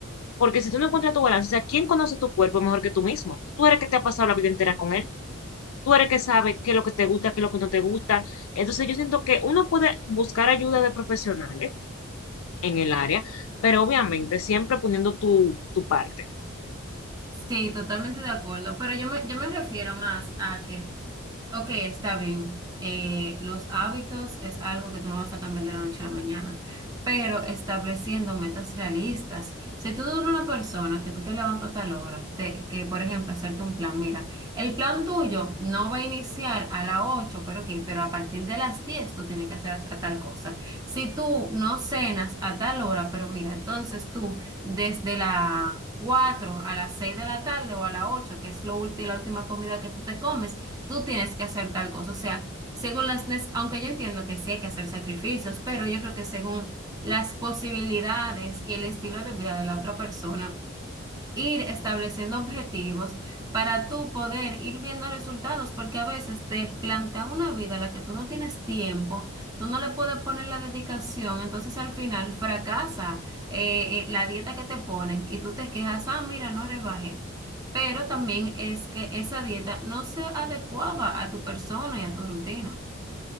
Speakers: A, on the left; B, on the right.
A: Porque si tú no encuentras tu balance, o sea, ¿quién conoce tu cuerpo mejor que tú mismo? Tú eres que te ha pasado la vida entera con él. Tú eres que sabe qué es lo que te gusta, qué es lo que no te gusta. Entonces yo siento que uno puede buscar ayuda de profesionales en el área, pero obviamente siempre poniendo tu, tu parte.
B: Sí, totalmente de acuerdo, pero yo me, yo me refiero más a que Ok, está bien. Eh, los hábitos es algo que tú no vas a cambiar de la noche a la mañana, pero estableciendo metas realistas. Si tú eres una persona que tú te levantas a tal hora, te- que por ejemplo hacerte un plan, mira, el plan tuyo no va a iniciar a las 8, pero ok, pero a partir de las 10 tú tienes que hacer a tal cosa. Si tú no cenas a tal hora, pero mira, entonces tú desde las 4 a las 6 de la tarde o a las 8, que es lo ulti- la última comida que tú te comes, tú tienes que hacer tal cosa. O sea, según las, nes- aunque yo entiendo que sí hay que hacer sacrificios, pero yo creo que según las posibilidades y el estilo de vida de la otra persona, ir estableciendo objetivos para tú poder ir viendo resultados, porque a veces te plantea una vida a la que tú no tienes tiempo, tú no le puedes poner la dedicación, entonces al final fracasa eh, eh, la dieta que te ponen y tú te quejas, ah, mira, no rebajé. Pero también es que esa dieta no se adecuaba a tu persona y a tu rutina.